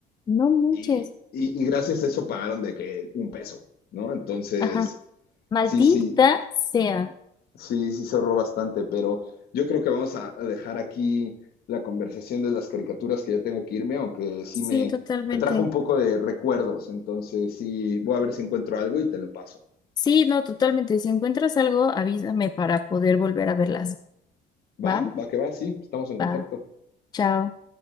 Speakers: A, on the left; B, on the left.
A: No manches.
B: Y, y- y gracias a eso pagaron de que un peso, ¿no? Entonces,
A: Ajá. Maldita
B: sí, sí,
A: sea.
B: Sí, sí se ahorró bastante, pero yo creo que vamos a a dejar aquí la conversación de las caricaturas que ya tengo que irme, aunque sí
A: Sí,
B: me,
A: totalmente.
B: me trajo un poco de recuerdos. Entonces, sí, voy a ver si encuentro algo y te lo paso.
A: Sí, no, totalmente. Si encuentras algo, avísame para poder volver a verlas.
B: Va,
A: ¿Va?
B: va que va, sí, estamos en
A: Va.
B: contacto.
A: Chao.